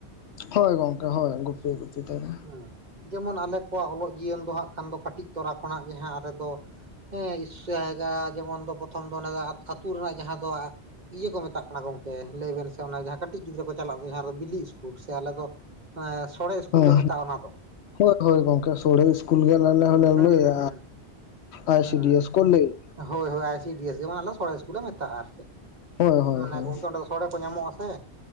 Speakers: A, on the left; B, on the right.
A: ᱦᱳᱭ ᱜᱚᱝᱠᱮ ᱦᱳᱭ, ᱜᱩᱯᱤ ᱜᱩᱯᱤ ᱛᱮᱜᱮ᱾
B: ᱦᱮᱸ ᱡᱮᱢᱚᱱ ᱟᱞᱮ ᱠᱚᱣᱟᱜ ᱚᱞᱚᱜ ᱡᱤᱭᱚᱱ ᱫᱚ ᱦᱟᱸᱜ ᱠᱷᱟᱱ ᱫᱚ ᱠᱟᱹᱴᱤᱡ ᱛᱚᱨᱟ ᱠᱷᱚᱱᱟᱜ ᱜᱮ ᱡᱟᱦᱟᱸ ᱟᱞᱮ ᱫᱚ ᱦᱮᱸ ᱤᱥ ᱡᱟᱭᱜᱟ, ᱡᱮᱢᱚᱱ ᱫᱚ ᱯᱨᱚᱛᱷᱚᱢ ᱫᱚ ᱚᱱᱟᱫᱚ ᱟ ᱟᱹᱛᱩ ᱨᱮᱱᱟᱜ ᱡᱟᱦᱟᱸ ᱫᱚ ᱟ ᱤᱭᱟᱹ ᱠᱚ ᱢᱮᱛᱟᱜ ᱠᱟᱱᱟ ᱜᱚᱝᱠᱮ, ᱞᱟᱹᱭ ᱵᱮᱱ ᱥᱮ ᱚᱱᱟ ᱡᱟᱦᱟᱸ ᱠᱟᱹᱴᱤᱡ ᱜᱤᱫᱽᱨᱟᱹ ᱠᱚ ᱪᱟᱞᱟᱜᱼᱟ ᱫᱚ ᱡᱟᱦᱟᱸ ᱨᱮ ᱵᱤᱞᱤ ᱤᱥᱠᱩᱞ, ᱥᱮ ᱟᱞᱮ ᱫᱚ ᱮᱸ ᱥᱚᱲᱮ ᱤᱥᱠᱩᱞ
A: ᱦᱮᱸ,
B: ᱞᱮ ᱢᱮᱛᱟᱜᱼᱟ ᱚᱱᱟ ᱫᱚ
A: ᱦᱳᱭ ᱦᱳᱭ ᱜᱚᱢᱠᱮ, ᱥᱚᱲᱦᱮ ᱤᱥᱠᱩᱞ ᱜᱮ ᱟᱞᱮ ᱦᱚᱸᱞᱮ
B: ᱦᱩᱸ ᱦᱩᱸ
A: ᱞᱟᱹᱭᱟ।
B: ᱦᱩᱸ
A: ᱟᱭ
B: ᱦᱩᱸ
A: ᱥᱤ ᱰᱤ ᱮᱥ ᱠᱚ ᱞᱟᱹᱭᱟ᱾
B: ᱦᱳᱭ ᱦᱳᱭ ᱟᱭ ᱥᱤ ᱰᱤ ᱮᱥ। ᱡᱮᱢᱚᱱ ᱟᱞᱮ ᱫᱚ ᱥᱚᱲᱮ ᱤᱥᱠᱩᱞ ᱞᱮ ᱢᱮᱛᱟᱜᱼᱟ ᱟᱨ ᱪᱮᱫ?
A: ᱦᱳᱭ ᱦᱳᱭ
B: ᱢᱟᱱᱮ
A: ᱦᱳᱭ
B: ᱜᱚᱝᱠᱮ ᱚᱸᱰᱮ ᱫᱚ ᱥᱚᱲᱮ ᱠᱚ ᱧᱟᱢᱚᱜᱼᱟ ᱥᱮ?